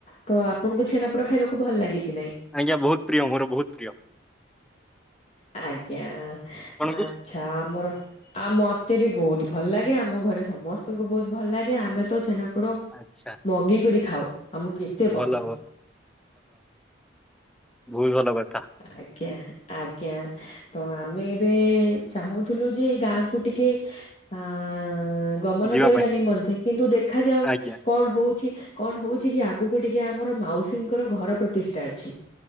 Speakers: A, on the left; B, in the centre.
A: ତ ଆପଣଙ୍କୁ ଛେନାପୋଡ଼ ଖାଇବାକୁ ଭଲ ଲାଗେ। କି ନାଇଁ?
B: ଆଜ୍ଞା ବହୁତ ପ୍ରିୟ ମୋର ବହୁତ ପ୍ରିୟ।
A: ଆଜ୍ଞା
B: ଆପଣଙ୍କୁ?
A: ଆଚ୍ଛା ଆମର ଆ ମତେ ବି। ବହୁତ ଭଲ ଲାଗେ ଆମ ଘରେ ସମସ୍ତଙ୍କୁ ବହୁତ ଭଲ ଲାଗେ ଆମେ ତ ଛେନାପୋ ପୋଡ
B: ଆଚ୍ଛା
A: ମଗେଇ କରି ଖାାଉ ଆମକୁ ଏତେ
B: ଭଲ
A: ପସନ୍ଦ।
B: ବୋହୁତ ଭଲ ପାଏ।
A: ଆଜ୍ଞା। ଆଜ୍ଞା ତ ଆମେ ଏବେ ଚାହୁଁଥିଲୁ ଯେ ଗାଁ କ ଟିକେ ଅ ଅ ଗମନ
B: ଯିବା
A: କରିବା
B: ପାଇଁ
A: ନିମନ୍ତେ କିନ୍ତୁ ଦେଖାଯାଉ
B: ଆଜ୍ଞା
A: କଣ ହଉଛି। କଣ ହଉଛି କି ଆଗକୁ ଟିକେ ଆମର ମାଉସୀଙ୍କର ଘର ପ୍ରତିଷ୍ଠା ଅଛି।